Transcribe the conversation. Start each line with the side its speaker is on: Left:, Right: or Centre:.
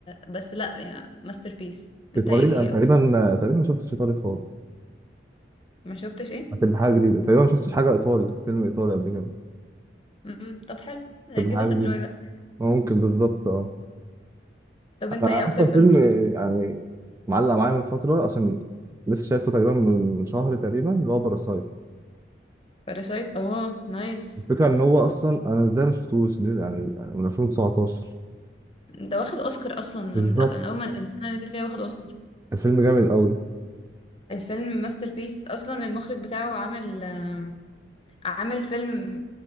Left: بس لا يعني masterpiece انت
Right: ايطالي
Left: ايه
Right: لا، تقريبا
Left: اكتر
Right: تقريبا ما شفتش ايطالي خالص
Left: ما شفتش ايه
Right: هتبقى حاجة جديدة تقريبا ما شفتش حاجة إيطالي فيلم إيطالي قبل كده
Left: مم. طب حلو جيب
Right: هتبقى حاجة جديدة
Left: تروي بقى
Right: آه، ممكن بالظبط اه
Left: طب انت
Right: أنا
Left: ايه
Right: أكتر
Left: اكتر فيلم
Right: فيلم
Left: بتحبه
Right: يعني معلق معايا من فترة عشان لسه شايفه تقريبا من شهر تقريبا اللي هو باراسايت
Left: باراسايت اه نايس
Right: الفكرة إن هو أصلا أنا إزاي ما شفتوش دي يعني يعني من 2019
Left: ده واخد اوسكار اصلا من
Right: بالظبط
Left: من اول ما السنه اللي نزل فيها واخد اوسكار
Right: الفيلم جامد قوي
Left: الفيلم ماستر بيس اصلا المخرج بتاعه عامل آم، عامل فيلم